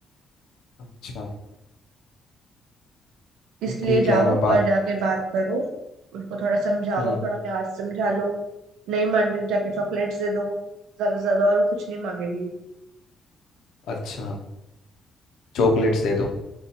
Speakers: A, on the left; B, on the right.
A: अच्छा
B: इसलिए
A: ठीक
B: जाओ
A: है मैं बात
B: और जाके बात करो उसको थोड़ा समझाओ
A: हम्म
B: थोड़ा प्यार से समझा लो नहीं मान रही हो, जाके चॉकलेट्स दे दो ज्यादा से ज्यादा और वो कुछ नहीं मांगेगी
A: अच्छा चॉकलेट्स दे दूँ